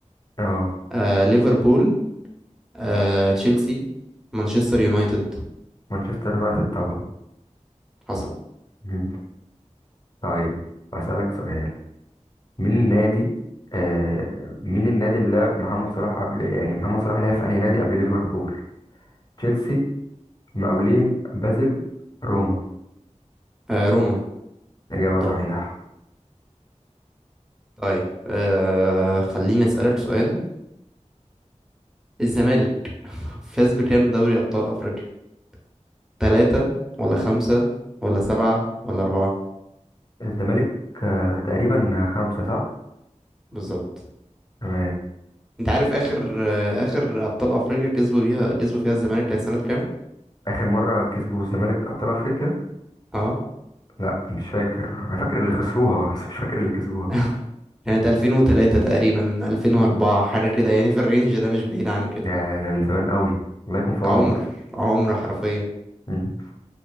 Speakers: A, on the left (about 35°); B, in the centre.
A: اه
B: آه ليفربول آه، تشيلسي مانشستر يونايتد
A: مانشستر يونايتد طبعا
B: حصل
A: مم. طيب بسألك سؤال مين النادي آه مين النادي اللي لعب محمد صلاح قبل يعني محمد صلاح لعب في أنهي نادي قبل ليفربول تشيلسي مقاولين بازل روما
B: آه، روما
A: إجابة
B: طبعا
A: صحيحة
B: طيب آه، خليني أسألك سؤال الزمالك <laughs> فاز بكام دوري أبطال أفريقيا ثلاثة ولا خمسة ولا سبعة ولا أربعة
A: الزمالك آه تقريبا خمسة صح؟
B: بالظبط
A: تمام
B: أنت عارف آخر آه، آخر أبطال أفريقيا كسبوا بيها كسبوا فيها الزمالك كانت سنة كام؟
A: اخر مره كسبوا الزمالك ابطال افريقيا
B: اه
A: لا مش فاكر انا فاكر اللي خسروها بس مش فاكر اللي كسبوها
B: <laughs> كانت 2003 تقريبا 2004 حاجة كده يعني في الرينج ده مش بعيد عن كده
A: ده ده من زمان قوي الله يكون في عونهم
B: عمر عمر حرفيا
A: مم.